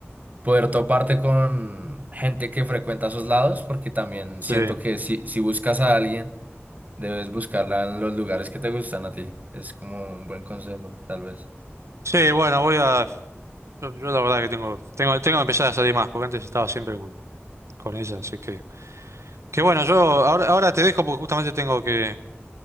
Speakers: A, on the right; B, on the right.
A: poder toparte con gente que frecuenta esos lados, porque también siento
B: sí.
A: que si, si buscas a alguien, debes buscarla en los lugares que te gustan a ti. Es como un buen consejo, tal vez.
B: Sí, bueno, voy a yo, yo la verdad que tengo tengo tengo que empezar a salir más porque antes estaba siempre con con ella, así que que bueno, yo ahora ahora te dejo porque justamente tengo que